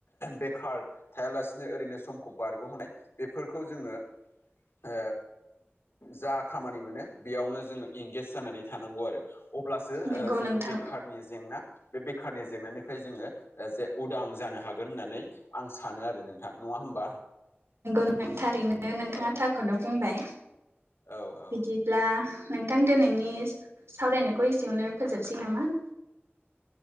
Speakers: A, on the left; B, on the right.
A: बेखार थायालासिनो ओरैनो समखौ बारग'होनाय बेफोरखौ जोङो ओ जा खामानि मोनो बेयावनो जोङो एंगेज जानानै थानांगौ आरो। अब्लासो
B: नंगौ
A: ओ‌ जों
B: नोंथां
A: बेखारनि जेंना बे बेखारनि जेंनानिफ्राय जोङो ओ जे उदां जानो हागोन होननानै आं सानो आरो नोंथां। नङा होमबा?
B: नंगौ <unintelligible> थारैनो नोंथाङा
A: औ
B: थारखौनो बुंबाय।
A: औ औ
B: बिदि ब्ला नोंथां दिनैनि सावरायनायखौ एसेयावनो फोजोबसै नामा?